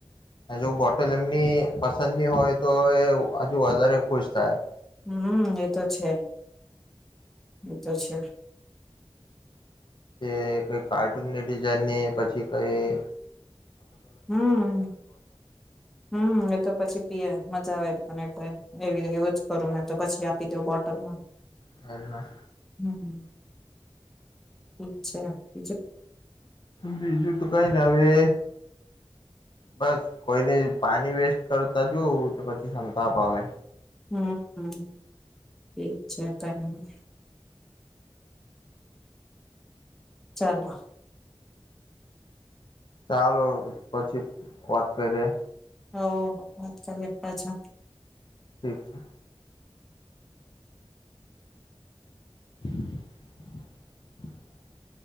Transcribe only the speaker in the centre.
હમ્મ, એતો છે. અચ અચ્છ.
હમ્મ, હમ્મ, એતો પછી પીએ મજા આવે એવી એવું જ કરું મે તો પછી આપી દઉ બો અમાં
હમ્મ. ઠીક છે.
હમ્મ, હમ્મ ઠીક છે <unintelligible> <inaudible> ચાલો.
હોવ વાત કરીએ પાછા.